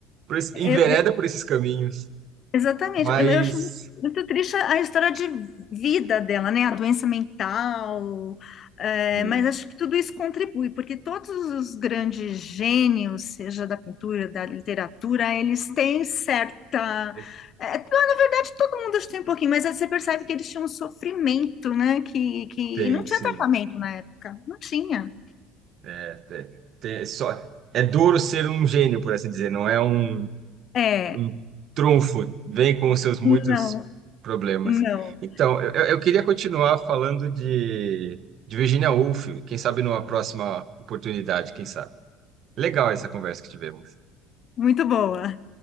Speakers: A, on the right (about 55°); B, on the left (about 50°).
A: por esse,
B: é,
A: envereda por esses caminhos.
B: Exatamente.
A: Mas
B: Eu eu acho muito triste a a história de vida dela, né? A doença mental. eh,
A: sim,
B: mas acho que tudo isso contribui, porque todos os grandes gênios, seja da pintura, da literatura, eles têm certa.
A: esse-
B: eh, na verdade, todo mundo acho que tem um pouquinho, mas aí você percebe que eles tinham um sofrimento, né? Que, que
A: tem,
B: não tinha
A: sim.
B: tratamento na época. Não tinha.
A: É, tem, tem, só, é duro ser um gênio, por assim dizer. Não é um
B: É,
A: o trunfo vem com os seus muitos
B: não,
A: problemas.
B: não.
A: Então, eu, eu eu queria continuar falando de, de Virginia Woolf, quem sabe numa próxima oportunidade, quem sabe. Legal essa conversa que tivemos.
B: muito boa.